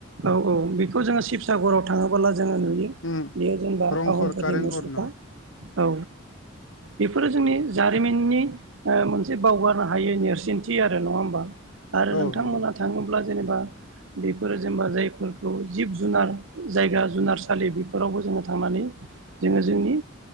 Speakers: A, on the right; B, on the left.
A: औ- औ बेखौ जोङो शिबसागराव थाङोबोला जा नुयो
B: उम
A: बेयो जेनेबा
B: रंघर
A: आहमफोरनि
B: कारेंघर
A: मुसखा
B: नामा
A: औ बेफोरो जोंनि जारिमिननि मोनसे बावगारनो हायै नेरसोनथि आरो नङा होमबा आरो
B: औ
A: नोंथांमोना
B: नंगौ
A: थाङोब्ला जेनेबा बेफोरो जेनेबा जायफोरखौ जिब जुनार जायगा जुनारसालि बेफोरावबो जोङो थांनानै जोङो जोंनि